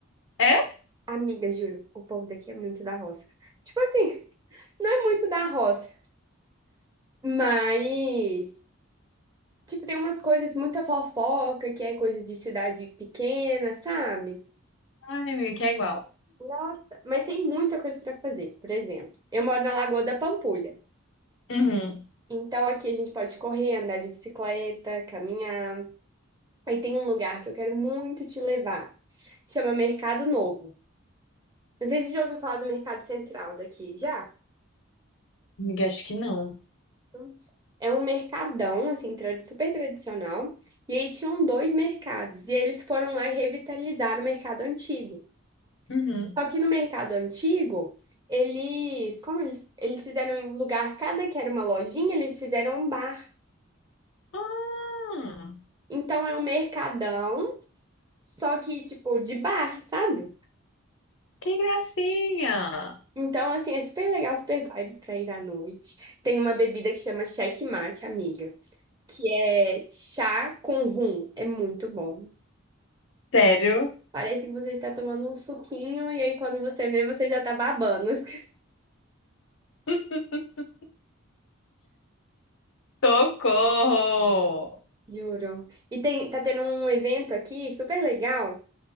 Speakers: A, on the left (about 65°); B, on the right (about 20°).
A: É?
B: Amiga, juro, o povo daqui é muito da roça. Tipo assim, <laughs> não é muito da roça, mas, tipo, tem umas coisas, muita fofoca, que é coisa de cidade pequena, sabe?
A: Ai, amiga, que é igual.
B: Nossa, mas tem muita coisa para fazer. Por exemplo, eu moro na Lagoa da Pampulha.
A: Uhum.
B: Então aqui a gente pode correr, andar de bicicleta, caminhar. Aí tem um lugar que eu quero muito te levar. Chama Mercado Novo. Não sei se você já ouviu falar do Mercado Central daqui, já?
A: Amiga, acho que não.
B: Não. É um mercadão, assim, trad- super tradicional. E aí tinham dois mercados. E eles foram lá e revitalizaram o mercado antigo.
A: Uhum.
B: Só que no mercado antigo, eles, como eles, eles fizeram em lugar, cada que era uma lojinha, eles fizeram um bar.
A: Ah,
B: Então é um mercadão, só que tipo de bar, sabe?
A: que gracinha!
B: Então assim, é super legal, super vibes pra ir à noite. Tem uma bebida que chama Checkmate, amiga, que é chá com rum, é muito bom.
A: Sério?
B: Parece que você está tomando um suquinho e aí quando você vê, você já tá babando. <laughs>
A: <laughs> Socorro!
B: Juro. E tem, tá tendo um evento aqui super legal